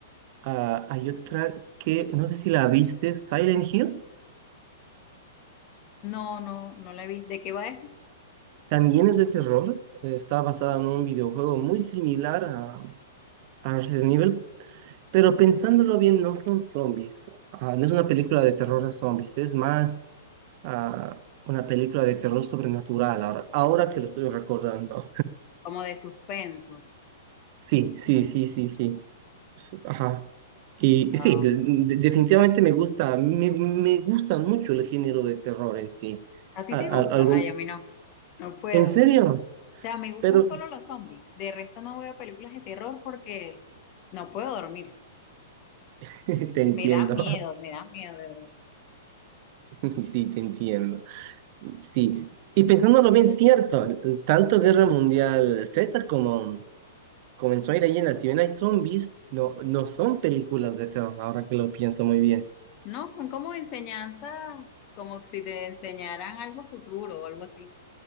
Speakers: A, on the right (about 45°); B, on the left (about 35°).
A: ah, hay otra que no sé si la viste, Silent Hill,
B: No, no, no la vi. ¿De qué va esa?
A: también es de terror, eh, está basada en un videojuego muy similar a, a Resident Evil, pero pensándolo bien, no son zombies, Ah, no es una película de terror a zombies, es más a una película de terror sobrenatural, ahora, ahora que lo estoy recordando.
B: como de suspenso.
A: Sí, sí, sí, sí, sí. Su- Ajá. Y
B: Wow.
A: y sí, de- de- definitivamente me gusta, me, me gusta mucho el género de terror en sí.
B: ¿A ti
A: A-
B: te
A: a-
B: gusta?
A: algún,
B: Ay, a mí no, no puedo.
A: ¿en serio?
B: O sea, me gustan
A: Pero
B: solo los zombies. De resto no veo películas de terror porque no puedo dormir.
A: <laughs> te entiendo,
B: Me dan miedo, me dan miedo, de verdad.
A: <laughs> sí, te entiendo. Sí, y pensándolo bien, cierto, tanto Guerra Mundial Z como, como en Soy Leyenda, si bien hay zombies, no, no son películas de terror, ahora que lo pienso muy bien.
B: No, son como enseñanzas, como si te enseñaran algo futuro o algo así.